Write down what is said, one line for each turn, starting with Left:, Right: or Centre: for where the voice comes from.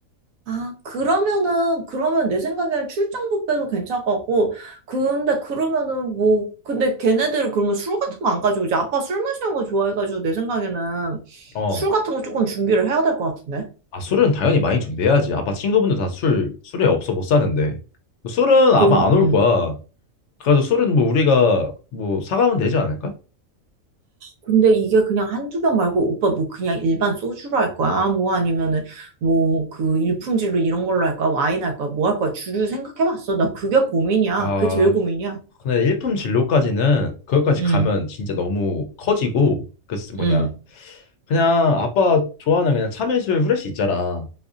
Right: 아, 그러면은, 그러면 내 생각에는 출장 뷔페도 괜찮을 것 같고, 근데 그러면은 뭐, 근데 걔네들은 그러면 술 같은 거 안 가지고 이제 아빠 술 마시는 거 좋아해가지고 내 생각에는
Left: 어.
Right: 술 같은 거 조금 준비를 해야 될 것 같은데?
Left: 아, 술은 당연히 많이 준비해야지. 아빠 친구분들 다 술, 술에 없어 못 사는데. 술은 아마
Right: 그럼,
Left: 안 올
Right: 음.
Left: 거야. 그래가지고 술은 뭐 우리가 뭐 사가면 되지 않을까?
Right: 근데 이게 그냥 한두 병 말고 오빠 뭐 그냥 일반 소주로 할 거야? 뭐 아니면은 뭐 그 일품질로 이런 걸로 할 거야? 와인 할 거야? 뭐 할 거야? 주류 생각해봤어. 나 그게 고민이야.
Left: 아,
Right: 그게 제일 고민이야.
Left: 근데 일품 진로까지는 그것까지
Right: 응,
Left: 가면 진짜 너무 커지고 그 쓰- 뭐냐
Right: 응.
Left: 그냥 아빠 좋아하는 그냥 참이슬 후레쉬 있잖아.